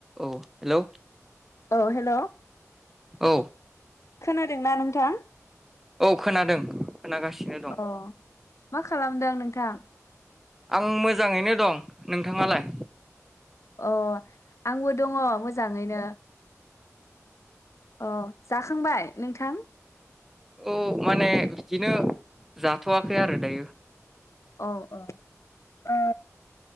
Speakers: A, in the centre; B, on the left (about 60°).
A: औ हेलौ
B: औ हेलौ
A: औ
B: खोनादोंना नोंथां
A: औ खोनादों खोनागासिनो दं।
B: अ मा खालामदों नोंथां?
A: आं मोजाङैनो दं नोंथाङालाय?
B: अ आंबो दङ मोजाङैनो अह जाखांबाय नोंथां।
A: औ माने बिदिनो जाथ'वाखै आरो दायो।
B: औ औ ओ